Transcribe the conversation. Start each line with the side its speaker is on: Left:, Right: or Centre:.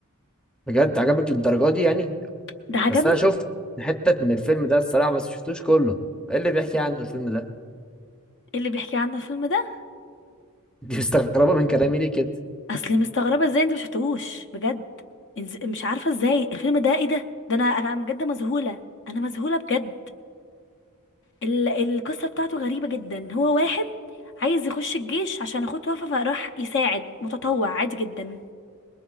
Centre: بجد عجبك للدرجه دي يعني
Left: ده عجبني
Centre: بس انا شفت حتت من الفيلم ده الصراحه بس شفتوش كله ايه اللي بيحكي عنه الفيلم ده
Left: إيه اللي بيحكي عنه الفيلم ده
Centre: <laughs> دي مستغربه من كلامي ليه كده
Left: اصل مستغربه ازاي انت مشفتهوش بجد إنز- مش عارفه ازاي الفيلم ده ايه ده ده انا انا بجد مذهوله انا مذهوله بجد ال... القصه بتاعته غريبه جدا هو واحد عايز يخش الجيش عشان اخوه توفى فراح يساعد متطوع عادي جدا